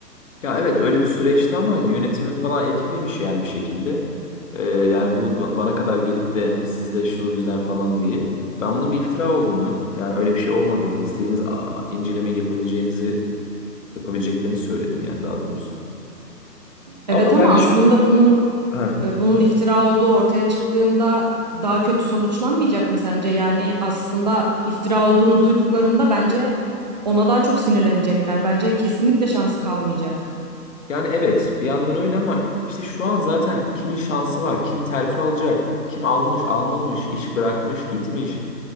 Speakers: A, on the left; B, on the right.
A: Ya evet öyle bir süreçti ama yönetimi falan etkilemiş yani bir şekilde. Ee, yani bu bu bana kadar gelip de hani sizle şu yüzden falan diye. Ben bunun bir iftira olduğunu yani öyle bir şey olmadığını istediğiniz a- a- incelemeyi yapabileceğinizi yapabileceklerini söyledim yani daha doğrusu.
B: Evet
A: Ama
B: ama
A: yani
B: aslında
A: ş-
B: bunun
A: Heh.
B: e, bunun iftira olduğu ortaya çıktığında daha kötü sonuçlanmayacak mı sence? Yani aslında iftira olduğunu duyduklarında bence ona daha çok sinirlenecekler. Bence kesinlikle şansı kalmayacak.
A: Yani evet bir yandan öyle ama işte şu an zaten kimin şansı var? Kim terfi alacak? Kim almış, almamış, iş bırakmış, gitmiş.